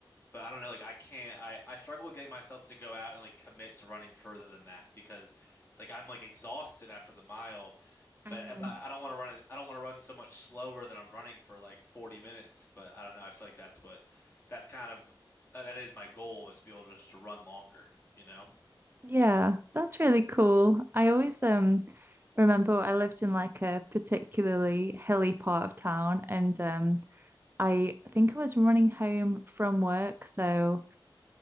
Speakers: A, on the left (about 25°); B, on the right (about 25°).
A: But I don't know. Like I can't. I I struggle with getting myself to go out and like commit to running further than that because like I'm like exhausted after the mile.
B: mm.
A: But but I don't want to run. I don't want to run so much slower than I'm running for like 40 minutes. But I don't know. I feel like that's what that's kind of uh, that is my goal is to be able to just to run longer. You know.
B: Yeah, that's really cool. I always um remember I lived in like a particularly hilly part of town and um I think I was running home from work, so